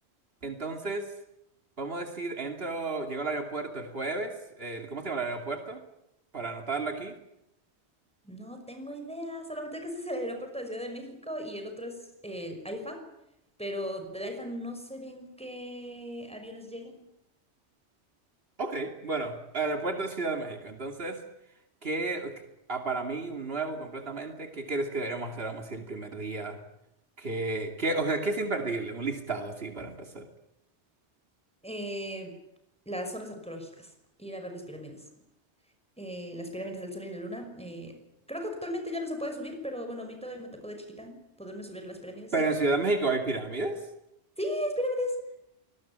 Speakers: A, on the right; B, in the centre.
A: Entonces, vamos a decir, entro, llego al aeropuerto el jueves. eh, ¿cómo se llama el aeropuerto? Para anotarlo aquí.
B: No tengo idea, solamente que ese es el aeropuerto de Ciudad de México y el otro es el AIFA, pero del AIFA no sé bien qué aviones lleguen.
A: Ok, bueno, aeropuerto de Ciudad de México. Entonces, ¿qué, ah, para mí, un nuevo completamente, ¿qué crees que deberíamos hacer, vamos a decir, el primer día? ¿Qué, qué- o sea, ¿qué es imperdible? Un listado así para empezar.
B: Eh, las zonas arqueológicas, ir a ver las pirámides, eh, las pirámides del Sol y la Luna. eh, creo que actualmente ya no se puede subir, pero bueno, a mí todavía me tocó de chiquita poderme subir a las pirámides.
A: Pero
B: <laughs>
A: en Ciudad de México hay pirámides.
B: Sí, es pirámides.